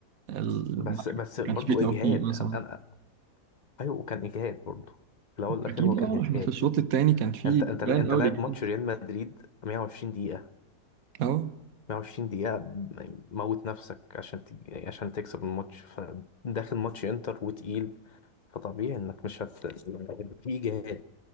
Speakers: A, on the right; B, on the left.
A: ال...
B: بس
A: ما
B: بس برضو
A: كانش فيه توفيق
B: اجهاد
A: مثلا
B: انا, أنا... ايوه وكان اجهاد برضو في الاول والاخر
A: اكيد
B: هو
A: اه
B: كان اجهاد
A: احنا في الشوط التاني كان فيه
B: انت انت
A: بان
B: انت
A: قوي
B: لاعب
A: الاجهاد
B: ماتش ريال مدريد 120 دقيقه
A: اهو
B: 120 دقيقه م- موت نفسك عشان تج... عشان تكسب الماتش فداخل ماتش انتر وتقيل فطبيعي انك مش هت يعني هيبقى في اجهاد